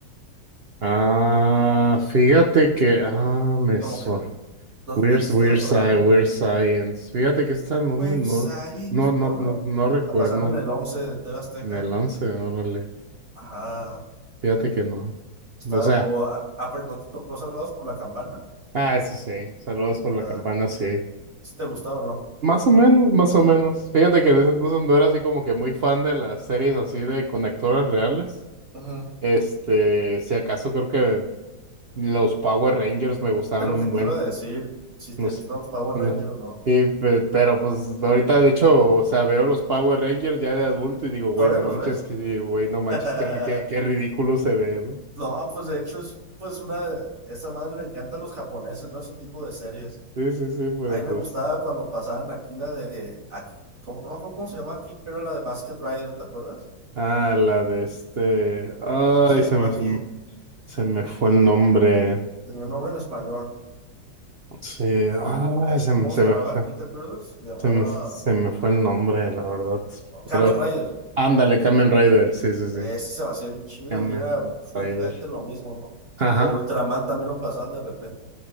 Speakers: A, on the right; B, on the right.
A: Ah, fíjate que, ah, me
B: Como
A: suena.
B: que no-
A: Weird,
B: ya te estás
A: Weird
B: acordando,
A: Science,
B: ¿no?
A: Weird Science. Fíjate que está no
B: Quick
A: menor.
B: Science,
A: No, no,
B: no, no.
A: no, no recuerdo
B: La pasaron en el 11 de TV Azteca.
A: en el 11, órale.
B: Ajá.
A: Fíjate que no.
B: Está,
A: O sea,
B: o, ah, ah, pero ¿no te tocó Salvados por la Campana?
A: ah, eso sí. Saludos por la
B: Ah,
A: campana, sí.
B: si te gustaba o no.
A: Más o menos, más o menos. Fíjate que en ese entonces no era así como que muy fan de las series así de conectores reales.
B: Ujú.
A: Este, si acaso creo que los Power Rangers me gustaban
B: Es lo
A: un
B: que te
A: buen.
B: iba a decir, si
A: No
B: te
A: sé,
B: gustaban los Power
A: no.
B: Rangers o no.
A: Y, pe- pero pues ahorita de hecho, o sea, veo los Power Rangers ya de adulto y digo, güey,
B: ¿Todavía
A: no
B: los
A: manches,
B: ves?
A: que, sí, güey, no manches,
B: <laughs>
A: qué, ri- qué, qué ridículo se ve, güey.
B: No, pues de hecho es pues una, esa madre le encanta a los japoneses, ¿no? Ese tipo de series.
A: Sí, sí, sí, pero
B: A mí me
A: pues.
B: gustaba cuando pasaban aquí la de, aquí, ¿cómo, no me acuerdo cómo se llamaba aquí, pero la de Basket Rider, ¿te acuerdas?
A: Ah, la de este. Ay,
B: ¿Cómo se llamaba
A: se me,
B: aquí?
A: se me, se me fue el nombre.
B: Tenía un nombre en español.
A: Sí, ah,
B: A ver,
A: se me,
B: ¿cómo
A: se
B: se
A: me,
B: llamaba
A: se,
B: aquí, te acuerdas? Se llamaba
A: se me, se me fue el nombre, la verdad.
B: oh, Kamen
A: Pero
B: Rider.
A: ándale, Kamen Rider, sí, sí, sí.
B: Ese se me hacía bien chido
A: Kamen
B: y era pues, prácticamente
A: Rider.
B: lo mismo, ¿no?
A: Ajá.
B: O Ultraman también lo pasaban de repente.